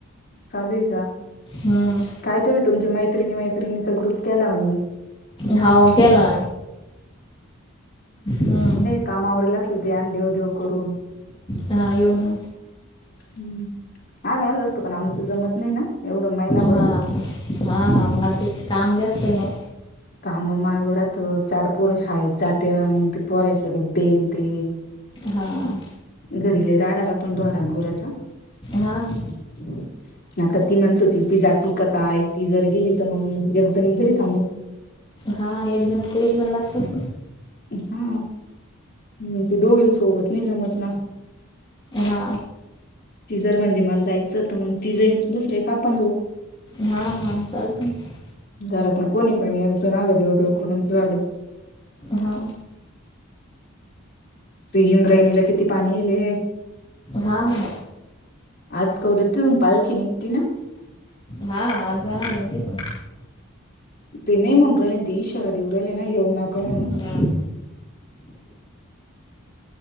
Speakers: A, on the left (about 50°); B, on the left (about 25°).
A: चालेू आहे का?
B: हम्म.
A: काय तुम्ही तुमच्या मैत्रिणी मैत्रिणीचा ग्रुप केला म्हणे.
B: हावू केला ना. <inaudible>
A: कामावरल असल ते, आन देव देव करून.
B: हा. येऊ ना.
A: हम्म आम्ही आलो असतो. पण आमचं जमत नाही, ना एवढं महिनाभर.
B: हा हा हा मग ते काम जास्त हाय ना.
A: काम माळव राहतं, चार पोरं शाळेत जाते. अन मग पोरांचं ते डब्बे अन् ते
B: हां.
A: घरी लय राडा राहतो ना, ढोरा गुरांचा?
B: हां.
A: <inaudible> आता ती म्हणत होती, ती जाते का काय? ती जर गेली, तर मग एकजण घरी थांबू.
B: हा. एक जण इथं, एक जण लागतय ना
A: हा, म ते दो विल सोबत नाही जमत ना.
B: हा.
A: ती जर म्हणली मला जायचं, तर मग ती जाईन. दुसऱ्या वेळेस आपण जाऊ.
B: हा हा चालतं ना.
A: घरातून कोणी कोणी एकजण आलं, देव देव करून पळालं.
B: हा.
A: ते इंद्रायणीला किती पाणी येले.
B: हा. <inaudible>
A: आज का? उद्या तिथून पालखी निघती ना.
B: हा आज जाणार होती पण.
A: तिने म्हटली ती, इशारा देव राहिली ना, येऊ नका म्हणून.
B: तिथून